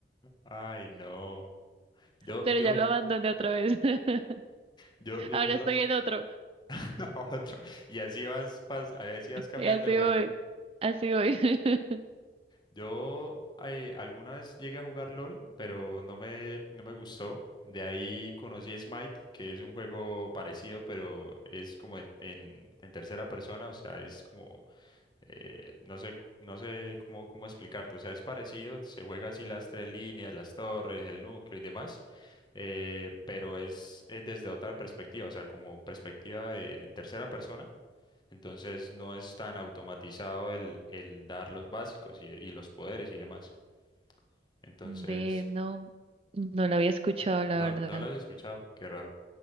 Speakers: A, on the left; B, on the right.
A: Ay, no. Yo,
B: Pero
A: yo,
B: ya lo abandoné otra vez. <laughs>
A: yo, yo,
B: Ahora
A: yo,
B: estoy en otro.
A: <laughs> a otro. Y así vas, pas- así vas cambiando
B: Y así
A: de juego.
B: voy. Así voy. <laughs>
A: Yo eh, alguna vez llegué a jugar LOL, pero no me, no me gustó. De ahí conocí Smite, que es un juego parecido, pero es como en, en, en tercera persona, o sea, es como, eh, no sé, no sé cómo, cómo explicarte, o sea, es parecido, se juega así las tres líneas, las torres, el núcleo y demás, eh, pero es, eh, desde otra perspectiva, o sea, como perspectiva de- en tercera persona entonces no es tan automatizado el, el dar los básicos y, y los poderes y demás. Entonces,
B: Ve, no. No lo había escuchado, la
A: no,
B: verdad.
A: no lo has escuchado, qué raro.